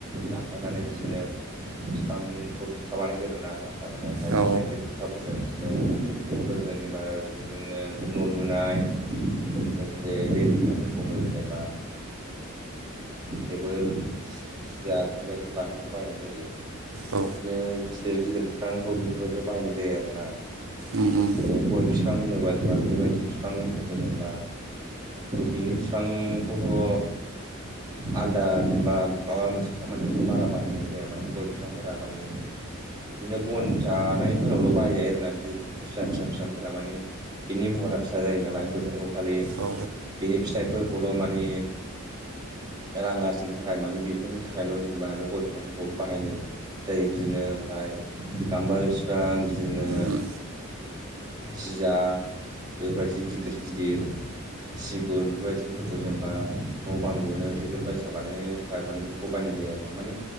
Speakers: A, on the right; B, on the right.
A: दानफायनानै बिदिनो बिफांखौ थगथाबानाय गोरोना हाखान ओमफ्राय बिदिनो
B: औ
A: बे थखााफोरजों बिदिनो फोरजों जेनेबा बिदिनो न' लुनाय लोगोसे बे थुफाफोरखौनो जेनेबा टेबोल सियार बेफोरबायदि बानायनायाव बायनाय जायो।
B: औ
A: बिदिनो गिदिर गिदिर बिफांखौ बेफोरबायदियाव बायनाय जायो आरोना
B: उम
A: ओमफ्राय
B: उम
A: बिदिनो गय बिफां होनोबा जेनेबा बेफोरबायदि बिफांफोरखौ जेनेबा बिनि बिफांखौथ' आलदा जेनेबा माबा मोनसे खामानियावथ' बारा बाहायनाय जाया माने गय बिफांफोरा माने बिदिनो बन जानायफोरावल' बाहाय जायो आरोना बिदि फिसा फिसा फिसाफोरा माने बिनि महरा फिसा जायो नालाय बेफोरखौ खालि
B: औ
A: बिनि फिथाइफोरखौल' माने रां आरजिनो थाखाय माने बेफोरनि थाखायल' जेनेबा बे गय बिफांफोरखौ बाहायनाय जायो बिदिनो ओमफ्राय गाम्बारि बिफां बिदिनो
B: उम उम
A: जिया बेबायदि गिदिर गिदिर सिगुन बेफोरबायदिफोरखौ जेनेबा न' बां लुनो टेबोल बायसा बानायनो थाखाय माने बेखौ बायनाय जायो आरो ना माने